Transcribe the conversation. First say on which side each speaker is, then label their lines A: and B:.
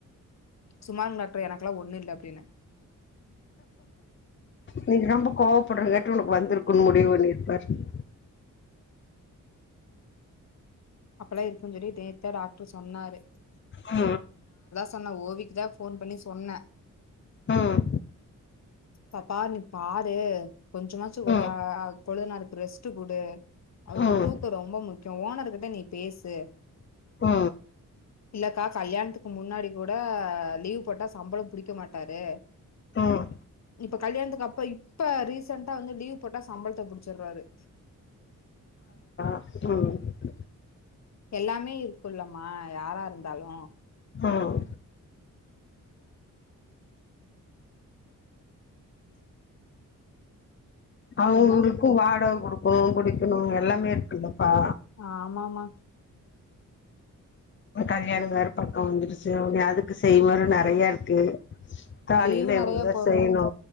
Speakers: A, on the left; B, on the left.
A: சும்மா இருங்க டாக்டர் எனக்குலா ஒன்னு இல்ல அப்டின்ன
B: நீ ரொம்ப கோவப்பட்றங்கன் ட்டு‌ உனக்கு வந்துருக்குன் முடிவு பண்ணிருப்பாரு ம்
A: அப்பல்லா இருக்குன்னு சொல்லி நேத்தா நேத்தா டாக்டர் சொன்னாரு
B: உ
A: சொன்ன ஓவிக்குதா ஃபோன் பண்ணி சொன்னே
B: ம்
A: பாப்பா நீ பாரு கொஞ்சமாச்சு கொழு
B: ம்
A: கொழுதுனாருக்கு ரெஸ்ட்டு குடு அவருக்கு
B: ம்
A: தூக்கோ ரொம்ப முக்கியோ ஓனர் கிட்ட நீ பேசு
B: உ
A: இல்லக்கா கல்யாணத்துக்கு முன்னாடி கூட லீவ் போட்டா சம்பளோ புடிக்க மாட்டாரு
B: ம்
A: இப்ப கல்யாணத்துக்கு அப்ப இப்ப ரீசென்டா வந்து லீவ் போட்டா சம்பளத்த புடிச்சிர்றாரு
B: உ
A: எல்லாமே இருக்கும்லமா யாரா இருந்தாலு
B: ம் அவருக்கு
A: என்ன
B: வாடகை கொடுக் உ குடிக்கணு எல்லாமே இருக்குல்லப்பா
A: ஆ மா மா
B: கல்யாணோ வேர பக்கோ வந்துருச்சு அ அதுக்கு செய்வாரு நறையா இருக்கு தாளில
A: லீவு நெறைய
B: இவங்கதா
A: போடணு
B: செய்னு